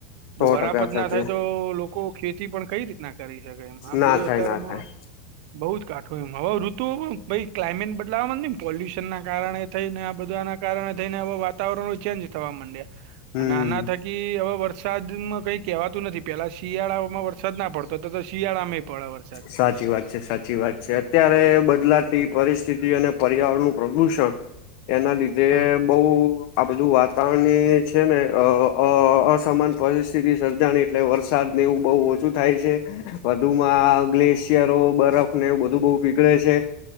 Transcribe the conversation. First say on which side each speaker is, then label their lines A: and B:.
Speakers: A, on the left; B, on the right.
A: સો
B: જો વરાપદ
A: ટકા સાચી
B: ના થાય તો લોકો ખેતી પણ કઈ રીતના કરી શકે. આ બધું
A: ના થાય
B: અત્યારેમાં
A: ના થાય
B: બઉ જ કાઠું એમ. હવે ઋતુ ભઈ ક્લામેટ બદલાવા ના પોલ્યુશન ના કારણે થઈ ને આ બધ બધું આના કારણે થઈને હવે વાતાવરણ ચેન્જ થવા માંડ્યા.
A: હમ
B: અને આના થકી હવે વર વરસાદમાં કઈ કહેવાતું નથી. પેલા શિયાળામાં વરસાદ ના પડતો હતો તો શિયાળામાં પડે વરસાદ.
A: સાચી વાત છે સાચી વાત. છે. અત્યારે બદલાતી પરિસ્થિતિ અને પર્યાવરણનું પ્રદુષણ એના લીધ ધે
B: હા
A: બઉ આ બધું વાતાવરણની છે ને અ અ અસામાન પરિસ્થિતિ સર્જાણી એટલે વરસાદને એવું બહુ ઓછું થાય છે. વધ વધુમાં ગ્લેશિયરો, બરફ ને એવું બધું બહુ પીગળે છે.